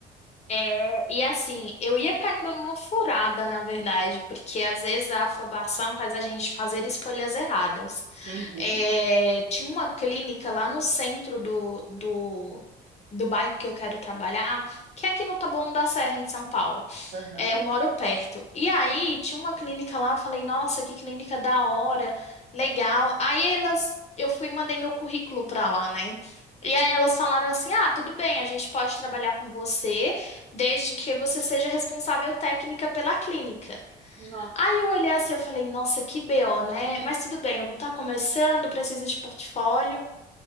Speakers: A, on the left; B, on the right.
A: É, e assim, eu ia caindo numa furada, na verdade, porque às vezes a afobação faz a gente fazer escolhas erradas.
B: Uhum,
A: É, tinha uma clínica lá no centro do, do, do bairro que eu quero trabalhar, que é aqui no Taboão da Serra, em São Paulo.
B: aham.
A: É, eu moro perto. E aí, tinha uma clínica lá, eu falei, nossa, que clínica da hora, legal. Aí elas, eu fui e mandei meu currículo pra lá, né? E aí elas falaram assim, ah, tudo bem, a gente pode trabalhar com você, desde que você seja responsável técnica pela clínica.
B: Não.
A: Aí eu olhei assim, eu falei, nossa, que BO, né? Mas tudo bem, eu vou estar começando, precisa de portfólio.